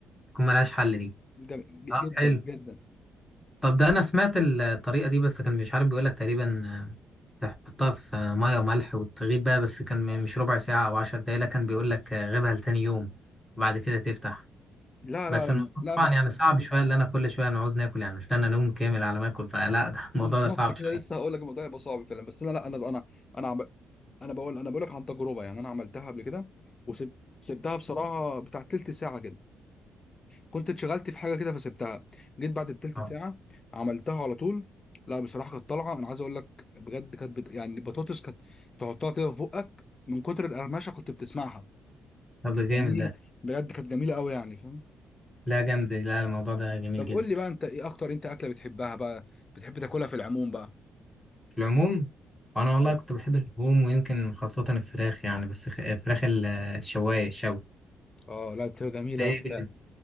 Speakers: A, in the centre; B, on the left.
A: تكون ملهاش حل دي
B: جم- ج-
A: طب
B: جدا
A: حلو
B: جدا
A: طب ده انا سمعت الطريقه دي بس كان مش عارف بيقولك تقريبا آه، تحطها في آه، ميه وملح وتغيب بقى بس كان م- مش ربع ساعه او عشر دقايق لا كان بيقولك آه، غيبها لتاني يوم وبعد كده تفتح
B: لا
A: بس
B: لا لا
A: الموضوع
B: لا
A: طبعا
B: مش
A: يعني
B: كده.
A: صعب شويه اللي انا كل شويه انا عاوز ناكل يعني استنى نوم كامل على ما اكل فلا ده <laughs> الموضوع
B: بالظبط
A: ده صعب
B: كده
A: شويه
B: لسه هقول لك الموضوع يبقى صعب فعلا بس انا لا انا انا انا عمل انا بقول انا بقول لك عن تجربه يعني انا عملتها قبل كده وسبتها بصراحه بتاع تلت ساعه كده كنت اتشغلت في حاجه كده فسبتها جيت بعد التلت
A: اه
B: ساعه عملتها على طول لا بصراحه كانت طالعه انا عايز اقول لك بجد كانت بت... يعني البطاطس كانت تحطها كده في بقك من كتر القرمشه كنت بتسمعها
A: طب
B: كانت
A: ده جامد
B: جميله
A: ده
B: بجد كانت جميله قوي يعني فاهم
A: لا جامد لا الموضوع ده جميل
B: طب
A: جدا
B: قول لي بقى انت ايه اكتر انت اكله بتحبها بقى بتحب تاكلها في العموم بقى
A: في العموم انا والله
B: ايوه
A: كنت بحب اللحوم ويمكن خاصه الفراخ يعني بس خ- فراخ ال- الشوايه الشوي
B: اه لا بتبقى جميله
A: ده ايه
B: أوي فعلا